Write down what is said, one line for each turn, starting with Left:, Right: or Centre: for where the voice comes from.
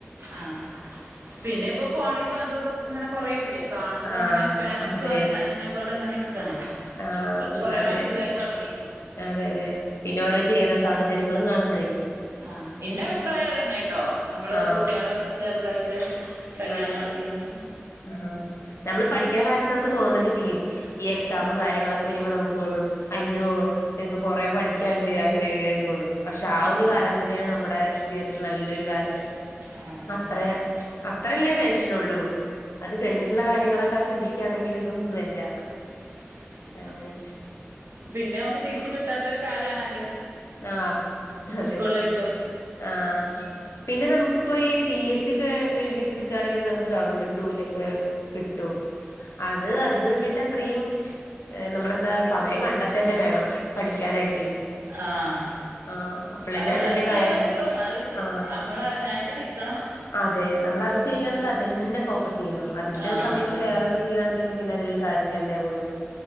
Right: ആഹ് പിന്നെ ഇപ്പൊ ഫോണിലും അതും ഇതൊക്കെ ഇങ്ങനെ കൊറേല്ലെ കാണുമ്പോ
Left: ആഹ്
Right: അങ്ങനെ പേരന്റ്സും
Left: അതെ
Right: അത് അതിനെക്കൊട് ഇങ്ങനെ നിക്കാണ്
Left: ആഹ്
Right: ഓൽക്ക് കൊറേ മനസ്സിലാ
Left: അതെ
Right: മനസ്സിലായി തുടങ്ങി
Left: അതെ അതെ പിന്നെ ഓരോ ജീവിത സാഹചര്യങ്ങളും കാണുമ്പോഴേയ്
Right: ആഹ് ഇന്റെ അഭിപ്രായം അത് തന്നെട്ടോ നമ്മള്
Left: ആഹ്
Right: കുട്ടികളെ ഒന്ന് സ്റ്റേബിൾ ആയിട്ട് കല്യാണം
Left: അതെ
Right: മതീന്ന്
Left: ആഹ് നമ്മള് പഠിക്കണ കാലത്ത് നമുക്ക് തോന്നുന്നതൊക്കെ ചെയ്യും ഈ എക്സാമും കാര്യങ്ങളൊക്കെ വരുമ്പോ നമുക്ക് തോന്നും അയ്യോ ഇത് കൊറേ പഠിക്കാന്ണ്ട്, അങ്ങനെ ഇങ്ങനെയൊക്ക തോന്നും, പക്ഷെ ആ ഒരു
Right: ആഹ്
Left: കാല ത് തന്നെയാണ് നമ്മുടെ ജീവിതത്തിൽ നല്ലൊരു കാലം.
Right: ആഹ്
Left: അത്ര അത്രല്ലേ ടെൻഷൻ ഉള്ളു അത് കഴിഞ്ഞിട്ടുള്ള കാര്യങ്ങളൊക്കെ ചിന്തിക്കുകയാണെങ്കിൽ ഇതൊന്നുല്ല
Right: <unintelligible>
Left: അങ്ങനെ
Right: പിന്നെ നമുക്ക് തിരിച്ച് കിട്ടാത്ത ഒരു കാലാണത്
Left: ആഹ് അതെ
Right: സ്കൂൾ ലൈഫ്
Left: ആഹ് പിന്നെ നമുക്കിപ്പോ ഈ പി എസ് സി ഒക്കെ എഴുതിട്ട് എടുക്കുകയാണെങ്കിൽ നമുക്ക് ഗവൺമെന്റ് ജോലിയൊക്കെ കിട്ടും അത് അതിന് വേണ്ടിട്ട് അത്രയും നമ്മളെന്താ സമയം കണ്ടെത്തുക തന്നെ വേണം പഠിക്കാനായിട്ടേ
Right: ആഹ്
Left: ആഹ് അപ്പളന്നെ
Right: അത് ട്രൈ
Left: അതിന്റെ
Right: ചെയ്താ
Left: കാര്യം
Right: കിട്ടും, അത്
Left: ആഹ്
Right: നമ്മൾ അതിനായിട്ട് നിക്കണം
Left: അതെ നമ്മൾ അത് ചെയ്യുകയാണെങ്കിൽ
Right: ഉം
Left: അതന്നെ ഫോക്കസ് ചെയ്യണം. അതിന്റെ
Right: ആഹ്
Left: സമയത്ത്
Right: ആഹ്
Left: വേറൊന്ന് ചെയ്യാണെച്ചാങ്കിൽ പിന്നെ അതിനൊരു കാര്യം ഇല്ലാണ്ടാവൊള്ളൂ